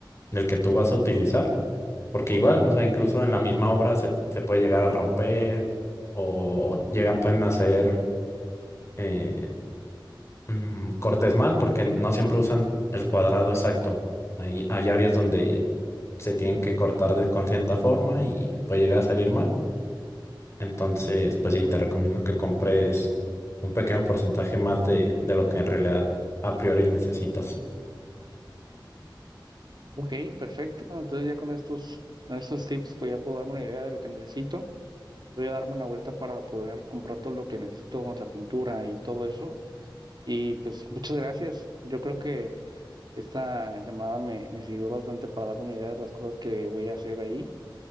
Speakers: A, on the left; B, on the right.
A: del que tú vas a utilizar, porque igual, o sea, incluso en la misma obra se, se puede llegar a romper o llegan, pueden hacer eh, mm, cortes mal porque no siempre usan el cuadrado exacto. Hay, hay áreas donde se tienen que cortar de- con cierta forma y puede llegar a salir mal. Entonces, pues sí, te recomiendo que compres un pequeño porcentaje más de, de lo que en realidad a priori necesitas.
B: Ok, perfecto. Entonces ya con estos, con estos tips pues ya puedo darme una idea de lo que necesito. voy a darme una vuelta para poder comprar todo lo que necesito, la pintura y todo eso. Y pues muchas gracias. Yo creo que esta llamada me, me sirvió bastante para darme una idea de las cosas que voy a hacer ahí,